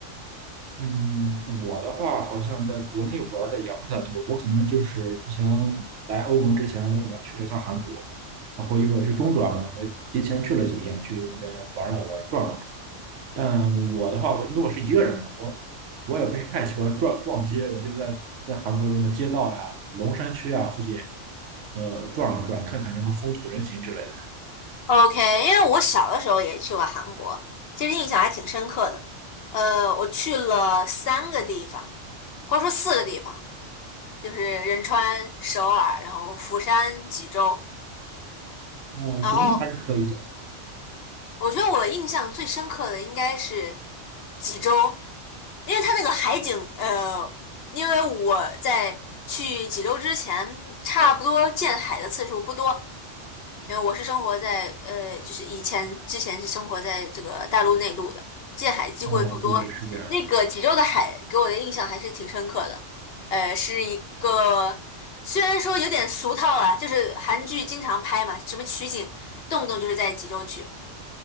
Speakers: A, on the right (about 75°); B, on the left (about 60°).
A: 嗯，我的话好像在国内玩的也不是太多，我可能就是之前来欧盟之前，我去了一趟韩国，然后因为我是中转嘛，我提前去了几天，去那边玩了玩转了。但我的话，我因为我是一个人嘛，我我也不是太喜欢撞撞街，我就在在韩国的什么街道呀、龙山区啊附近，呃，转了转，看看什么风土人情之类的。
B: ？OK，嗯因为我小的时候也去过韩国，其实印象还挺深刻的。呃，我去了三个地方，或者说四个地方。就是仁川、首尔，然后釜山、济州，
A: 哦，
B: 然后
A: 对，那还是可以的。
B: 我觉得我印象最深刻的应该是济州，因为它那个海景，呃，因为我在去济州之前，差不多见海的次数不多，因为我是生活在呃，就是以前之前是生活在这个大陆内陆的，见海机会不多。
A: 哦，对，是这样。
B: 那个济州的海给我的印象还是挺深刻的，呃，是一个虽然说有点俗套啊，就是韩剧经常拍嘛，什么取景动不动就是在济州取，